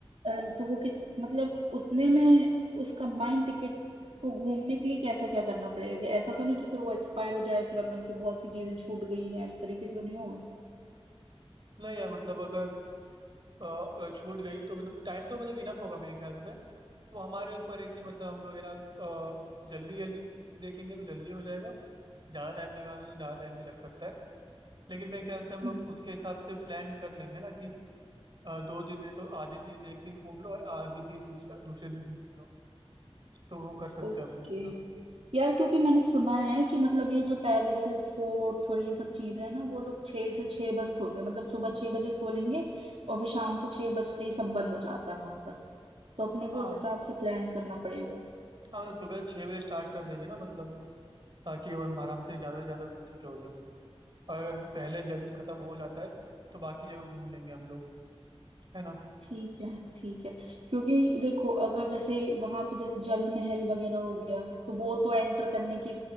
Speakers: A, on the right; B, on the right.
A: अ, तो वो कि मतलब उतने में उस कंबाइंड टिकट को घूमने के लिए कैसा क्या करना पड़ेगा कि ऐसा तो नहीं कि फिर वो एक्सपायर हो जाए फिर अपन की बहुत सी चीजें छूट गई हैं इस तरीके से तो नहीं होगा
B: नहीं यार मतलब अगर अ, अ, छूट गई तो मतलब टाइम तो मतलब इनफ होगा मेरे ख्याल से वो हमारे ऊपर है कि मतलब हम लोग है ना अ, जल्दी जल्दी देखेंगे तो जल्दी हो जाएगा ज़्यादा टाइम लगाना है तो ज़्यादा टाइम भी लग सकता है लेकिन मेरे ख्याल से हम लोग
A: हम्म।
B: उसके हिसाब से प्लान कर लेंगे ना कि अ, दो दिन है तो आधी चीज़ एक दिन घूम लो और आधी चीज़ दूसरा दूसरे दिन घूम लो तो वो कर सकते
A: ओके
B: हैं हम लोग एकदम
A: यार क्योंकि मैंने सुना है कि मतलब ये जो पैलेसेस फोर्ट्स और ये सब चीजें हैं ना वो लोग छह से छह बस खोलते हैं मतलब सुबह छह बजे खोलेंगे और फिर शाम को छह बजते ही सब बंद हो जाता है वहां पर तो अपने को
B: हाँ
A: उस हिसाब से प्लान करना पड़ेगा
B: हाँ मतलब सुबह छः बजे स्टार्ट कर देंगे ना मतलब ताकि हम आराम से ज़्यादा से ज़्यादा घूम सके उधर और अगर पहले जल्दी ख़त्म हो जाता है तो बाकी जगह घूम लेंगे हम लोग है ना
A: ठीक है ठीक है क्योंकि देखो अगर जैसे वहां पे जैसे जल महल वगैरह हो गया तो वो तो एंटर करने की